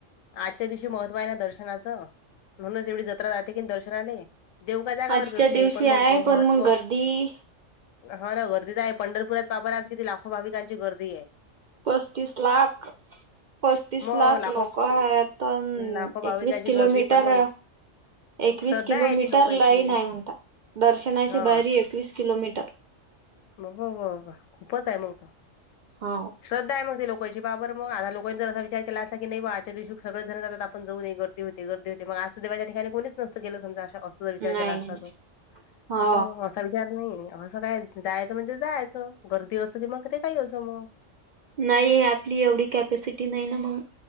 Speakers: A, on the left; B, on the right.
A: आजच्या दिवशी महत्व हाय ना दर्शनाचं, म्हणूनच एवढी जत्रा जाते की दर्शनाले. देव काय जगावरच
B: आजच्या
A: असते,
B: दिवशी
A: पण मग
B: आहे पण
A: महत्त्व
B: मग गर्दी
A: हा ना, गर्दी त हाय, पंढरपुरात पाहा बरं आज किती? लाखो भाविकांची गर्दी आये.
B: पस्तीस लाख, पस्तीस
A: मग
B: लाख
A: लाखो
B: लोक हायात. अनं
A: लाखो भाविकांची
B: एकवीस किलोमी
A: गर्दी पण
B: टर
A: मग
B: एकवीस
A: श्रद्धा
B: किलोमीटर
A: आहे ती लोकांची
B: लाईन हाय म्हणता. दर्शनाची
A: हा
B: बारी एकवीस किलोमीटर
A: बा बा ब ब ब खूपच आहे मंग त
B: हाव
A: श्रद्धा हाय म ते लोकांची पाहा बरं म आता लोकंनी जरं अस विचार केला असता की नाही बा आजच्या दिवशी सगळचं जण जातात, आपण जाऊ नय कं ते. गर्दी होते. मग आज त देवाच्या ठीकाणी कोणीच नसतं गेलं समजा अस जर विचार
B: नाही
A: केला असता त
B: हा
A: म समजा नाही असं काय, जायांचं म्हणजे जायांचं, गर्दी असो की मग ते काही असो मग
B: नाही, आपली एवढी कॅपॅसिटी नाही ना मंग